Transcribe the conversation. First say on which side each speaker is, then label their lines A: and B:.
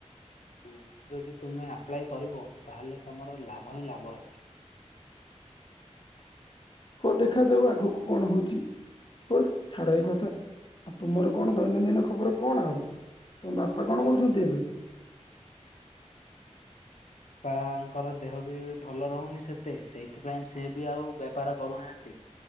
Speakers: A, on the left (about 75°); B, on the left (about 40°).
A: ଆ ଯଦି ତୁମେ ଆପ୍ଲାଏ କରିବ ତାହେଲେ ତୁମର ଲାଭ ହିଁ ଲାଭ ହେବ
B: <unintelligible> ହ ଦେଖାଯାଉ ଆଗକୁ କଣ ହଉଛି। ହଉ ଛାଡ ଏଇ କଥା ଆଉ ତୁମର କଣ ଦୈନନ୍ଦିନ ଖବର କଣ ଆଉ? ତମ ବାପା
A: ଆରେ
B: କଣ କରୁଛନ୍ତି ଏବେ?
A: ବାପଙ୍କର ଦେହ ବି ଭଲ ରହୁନି ସେତେ ସେଇଥିପାଇଁ ସେ ବି ଆଉ ବେପାର କରୁନାହାନ୍ତି।